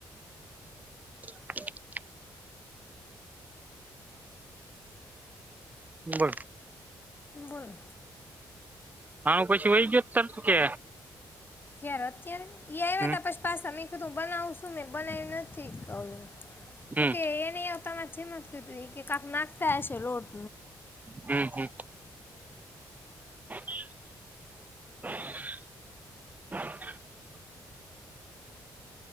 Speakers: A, on the right; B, on the left.
A: <inaudible> બોલ
B: બોલો
A: હાં, પછી વહી ગયો તર તો કે
B: યાર અત્યારે એ આવ્યા
A: હમ
B: તા પછી પાસા, મે કીધું બનાવસુ મે બનાવ્યું નથી ક
A: હમ
B: તો કે એને આપતા <unintelligible> તો તે એ કે કાક નાખતા હશે લોટ
A: હમ્મ, હમ્મ. <inaudible>